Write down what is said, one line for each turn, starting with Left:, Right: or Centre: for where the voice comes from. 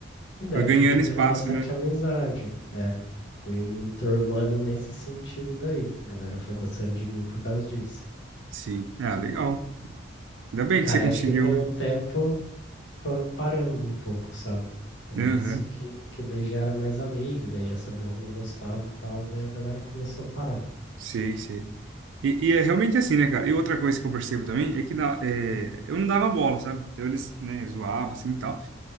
Left: E daí
Right: Foi ganhando
Left: eu fui pegando
Right: espaço,
Left: bastante
Right: né?
Left: amizade, é, fui me enturmando nesse sentido daí. A galera foi gostando de mim por causa disso.
Right: Sim. Ah, legal. Ainda bem que
Left: Aí
Right: você conseguiu,
Left: acho que com
Right: né?
Left: o tempo foram parando um pouco, sabe? Com
Right: Aham.
Left: isso que, que daí já era mais amigo, daí já sabia o que não gostava e tal, daí a galera começou a parar.
Right: Sei, sei. E, e é realmente assim, né, cara? E outra coisa que eu percebo também é que na- é, eu não dava bola, sabe? Então eles, né, zoavam assim e tal.